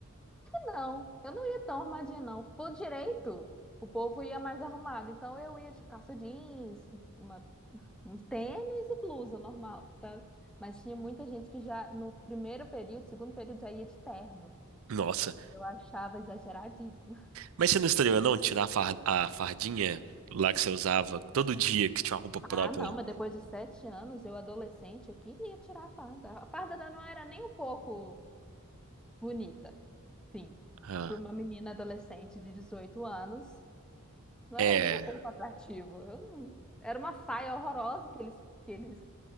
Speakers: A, in the centre; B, on the right.
A: Não, eu não ia tão arrumadinha, não. Por direito, o povo ia mais arrumado, então eu ia de calça jeans, uma, um tênis e blusa normal, sabe? Mas tinha muita gente que já no primeiro período, segundo período, já ia de terno.
B: Nossa.
A: Eu achava exageradíssimo.
B: Mas você não estranhou não tirar a far- a fardinha lá que você usava todo dia, que tinha uma roupa própria?
A: Ah, não, mas depois de sete anos, eu adolescente, eu queria tirar a farda. A farda da- não era nem um pouco bonita. Sim,
B: Ah,
A: para uma menina adolescente de 18 anos, não era
B: é.
A: nem um pouco atrativo. Eu não- Era uma saia horrorosa que eles, que eles